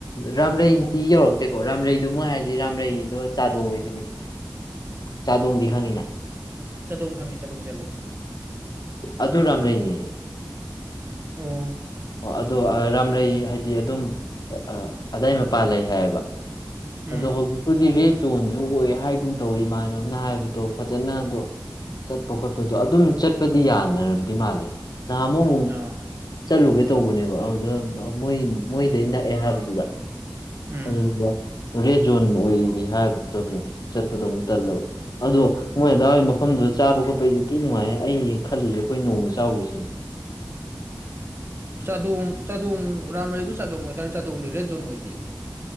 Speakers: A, on the left; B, on the right.
A: ꯔꯥꯝꯔꯩꯗꯤ ꯌꯧꯔꯛꯇꯦꯀꯣ ꯔꯥꯝꯔꯩꯗꯣ ꯃꯣꯏ ꯍꯥꯏꯁꯦ ꯔꯥꯝꯔꯩꯗꯣ ꯆꯥꯗꯣꯡꯅꯤ ꯁꯤꯅꯦ ꯆꯥꯗꯣꯡꯗꯤ ꯈꯪꯉꯤꯅ
B: ꯆꯥꯗꯣꯡ ꯈꯪꯉꯦ ꯆꯥꯡ ꯆꯠꯂꯦ
A: ꯑꯗꯣ ꯔꯥꯝꯔꯩ ꯂꯩꯅꯤꯌꯦ
B: ꯑꯣ
A: ꯑꯣ ꯑꯗꯣ ꯔꯥꯝ ꯂꯩꯩ ꯍꯥꯏꯗꯤ ꯑꯗꯨꯝ ꯑ ꯑꯗꯥꯏ ꯃꯄꯥꯥꯟ ꯂꯩ ꯍꯥꯏꯌꯦꯕ
B: ꯎꯝ
A: ꯑꯗꯣ ꯍꯧꯖꯤꯛ ꯑꯗꯨꯗꯤ ꯔꯦꯠ ꯖꯣꯟꯁꯨ ꯑꯣꯏ ꯍꯥꯏꯒꯨꯝ ꯇꯧ ꯏꯃꯥꯟꯅꯕꯅ ꯍꯥꯏꯕꯗꯣ ꯐꯖꯅ ꯑꯗꯣ ꯆꯠꯄ ꯈꯣꯠꯄꯗꯣ ꯑꯗꯨꯝ ꯆꯠꯄꯗꯤ ꯌꯥꯅꯔꯕꯗꯤ ꯃꯥꯜꯂꯦ ꯅꯍꯥ ꯑꯃꯨꯛ ꯑꯃꯨꯛ
B: ꯑꯥ
A: ꯆꯠꯂꯨꯒꯦ ꯇꯧꯕꯅꯦꯕ ꯑꯗꯨꯗ ꯃꯣꯏ ꯃꯣꯏꯗꯩ ꯅꯛꯑꯦ ꯍꯥꯏꯕꯗꯨꯗ
B: ꯎꯝ
A: ꯑꯗꯨ ꯔꯦꯠ ꯖꯣꯟ ꯑꯣꯏꯔꯤ ꯍꯥꯏꯕꯗꯨꯗ ꯑꯃꯨꯛ ꯆꯠꯄꯗꯣ ꯑꯃꯨꯛ ꯇꯜꯂꯕ ꯑꯗꯣ ꯃꯣꯏ ꯑꯗꯥꯏ ꯍꯏ ꯃꯐꯝꯗꯣ ꯆꯥꯕ ꯈꯣꯠꯄꯩ ꯎꯇꯤ ꯅꯨꯡꯉꯥꯏ ꯑꯩ ꯈꯜꯂꯤꯁꯦ ꯑꯩꯈꯣꯏ ꯅꯣꯡꯃ ꯆꯥꯎꯗ ꯁꯤꯅꯤ
B: ꯆꯥꯗꯣꯡ ꯆꯥꯗꯣꯡ ꯔꯥꯝꯩꯗꯨ ꯆꯥꯗꯣꯡ ꯍꯥꯏꯇꯥꯔꯦ ꯆꯥꯗꯣꯡꯗꯤ ꯔꯦꯠ ꯖꯣꯟ ꯑꯣꯏꯗꯌꯦ